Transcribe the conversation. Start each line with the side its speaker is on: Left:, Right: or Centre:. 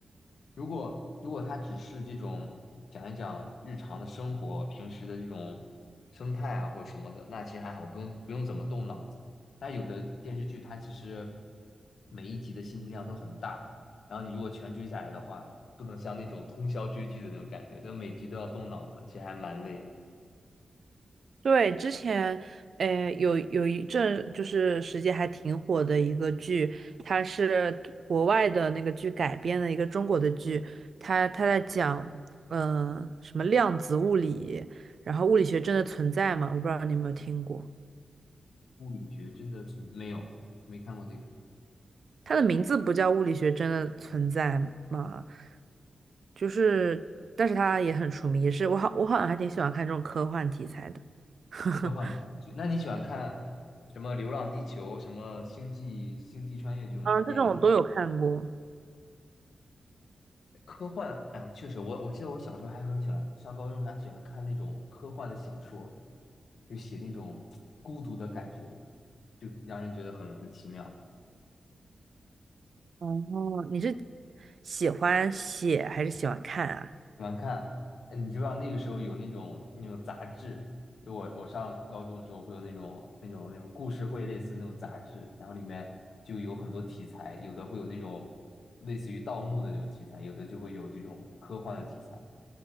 Left: 如果如果他只是这种讲一讲日常的生活、平时的这种生态啊或者什么的，那其实还好，不用不用怎么动脑子。那有的电视剧它其实每一集的信息量都很大，然后你如果全追下来的话，不能像那种通宵追剧的那种感觉，但每集都要动脑子，其实还蛮累。
Right: 对，之前呃有有一阵就是时间还挺火的一个剧，它是国外的那个剧改编的一个中国的剧，它它在讲嗯、呃什么量子物理，然后物理学真的存在吗？我不知道你有没有听过。
Left: 物理学真的存没有没看过这个
Right: 它的名字不叫物理学真的存在吗？就是，但是它也很出名，也是我好我好像还挺喜欢看这种科幻题材的。<laughs>
Left: 科幻题材剧，那你喜欢看什么《流浪地球》、什么《星际星际穿越》这种电影？
Right: 嗯，这种我都有看过。
Left: 科幻，哎呀，确实，我我记得我小时候还很喜欢，上高中时候还喜欢看那种科幻的小说，就写那种孤独的感觉，就让人觉得很很奇妙。
Right: 哦，你是喜欢写还是喜欢看啊？
Left: 喜欢看，哎，你知不知道那个时候有那种那种杂志？就我我上高中的时候会有那种那种那种故事会类似那种杂志，然后里面就有很多题材，有的会有那种类似于盗墓的那种题材，有的就会有这种科幻的题材。